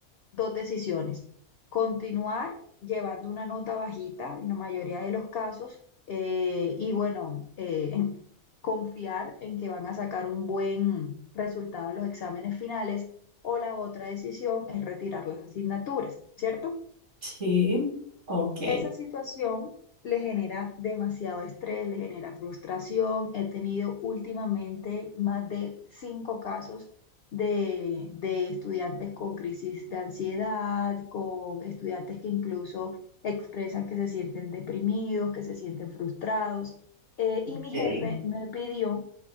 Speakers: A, on the left; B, on the right.
A: dos decisiones. Continuar llevando una nota bajita en la mayoría de los casos eh, y, bueno, eh, en- confiar en que van a sacar un buen resultado en los exámenes finales. O la otra decisión es retirar las asignaturas, ¿cierto?
B: Sí, ok.
A: Esa situación le genera demasiado estrés, le genera frustración. He tenido últimamente más de cinco casos de, de estudiantes con crisis de ansiedad, con estudiantes que incluso expresan que se sienten deprimidos, que se sienten frustrados. Eh, y
B: Ok,
A: mi jefe me pidió